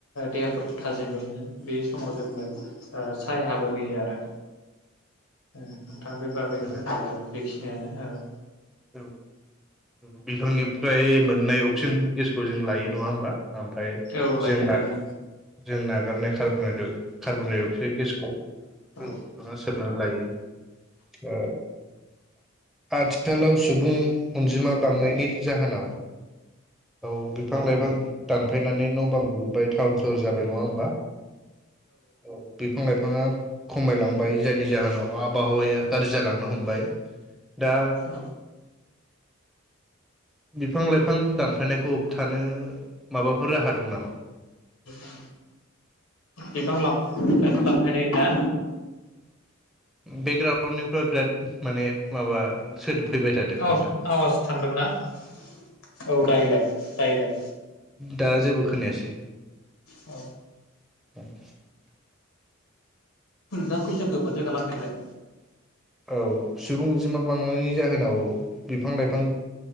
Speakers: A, on the left (about 80°); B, in the centre.
A: देहाफोरखौ थाजिम मोनो बे समाव जोंनो ओ सायहाबो होयो आरो नोंथां बे बागैनो
B: औ
A: बुंनाय जागोन बेखि बे नो
B: औ बिफांनिफ्राय मोननाय अक्सिजेन गेसखौ जों लायो नङा होमबा। ओमफ्राय
A: औ लायो
B: जोंना
A: लायो
B: जों नागारनाय खारबोनायदों कार्बन डाइ अक्साइड गेसखौ बिफाङा
A: औ
B: सोबनानै लायो आ ओनसोलाव सुबुं अनजिमा बांनायनि जाहोनाव औ बिफां लाइफां दानफायनानै न'बां लुबाय टाउन सहर जाबाय नङा होम बा औ बिफां लायफाङा खमायलांबाय जायनि जाहोन आव आबहावाया गाज्रि जालांनो हमबाय दा
A: औ
B: बिफां लाइफां दानफायनायखौ हमथानो माबाफोर राहा दं नामा।
A: औ बिफां ला-लाइफां दानफायनायना
B: बेकग्रावउन्डनिफ्राय बिराद माने माबा सोदोब फैबाय थादों
A: आवास-आवास
B: नोंथां
A: थांदोंना औ दायोलाय-दायोलाय
B: दा जेबो खोनायासै
A: औ
B: <unintelligible>
A: दा खुयसनखौ खनसे खालाम फिनलाय
B: औ सुबुं अनजिमा बांनायनि जाहोनाव बिफां लाइफां